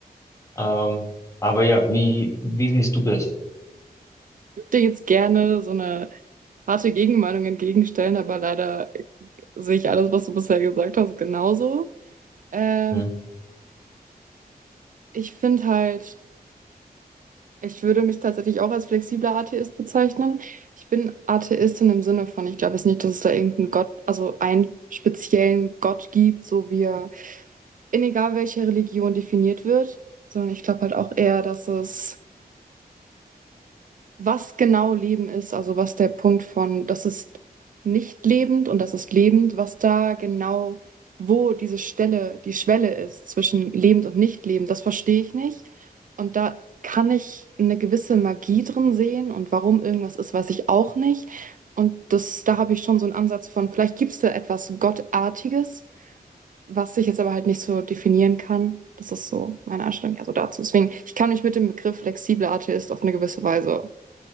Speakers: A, on the left; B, on the right.
A: Ähm, aber ja, wie, wie siehst du das?
B: Ich würde dir jetzt gerne so eine harte Gegenmeinung entgegenstellen, aber leider sehe ich alles, was du bisher gesagt hast, genauso. Ähm,
A: Hm.
B: ich finde halt, ich würde mich tatsächlich auch als flexibler Atheist bezeichnen. Ich bin Atheistin im Sinne von, ich glaube jetzt nicht, dass es da irgendeinen Gott, also einen speziellen Gott gibt, so wie er in egal welcher Religion definiert wird, sondern ich glaube halt auch eher, dass es was genau Leben ist, also was der Punkt von, das ist nicht lebend und das ist lebend, was da genau, wo diese Stelle, die Schwelle ist zwischen lebend und nicht lebend, das verstehe ich nicht. Und da kann ich eine gewisse Magie drin sehen und warum irgendwas ist, weiß ich auch nicht. Und das, da habe ich schon so einen Ansatz von, vielleicht gibt es da etwas Gottartiges, was ich jetzt aber halt nicht so definieren kann. Das ist so meine Einstellung eher so dazu. Deswegen, ich kann mich mit dem Begriff flexibler Atheist auf eine gewisse Weise